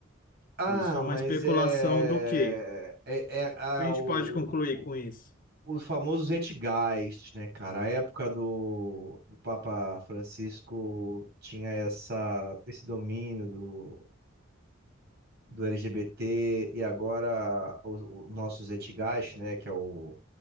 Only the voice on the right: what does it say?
Ah,
mas
é.
É, é ah,
o,
o, o famoso Zeitgeist, né, cara? A época do, do Papa Francisco tinha essa, esse domínio do do LGBT e agora os, os nossos Zeitgeist, né, que é o,